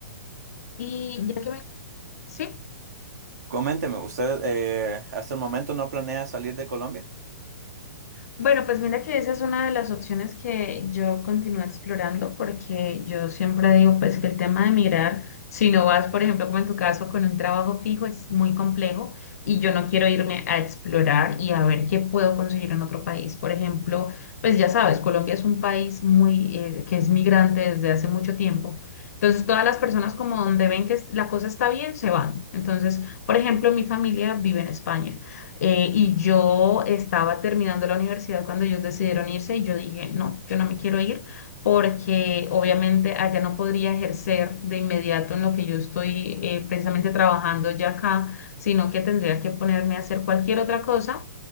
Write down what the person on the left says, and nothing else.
Y ya que me... Sí.
Bueno, pues mira que esa es una de las opciones que yo continúo explorando porque yo siempre digo pues que el tema de migrar, si no vas, por ejemplo, como en tu caso, con un trabajo fijo, es muy complejo y yo no quiero irme a explorar y a ver qué puedo conseguir en otro país. Por ejemplo, pues ya sabes, Colombia es un país muy eh, que es migrante desde hace mucho tiempo. Entonces, todas las personas como donde ven que es- la cosa está bien, se van. Entonces, por ejemplo, mi familia vive en España. Eh, y yo estaba terminando la universidad cuando ellos decidieron irse y yo dije, no, yo no me quiero ir porque obviamente allá no podría ejercer de inmediato en lo que yo estoy eh, precisamente trabajando ya acá, sino que tendría que ponerme a hacer cualquier otra cosa.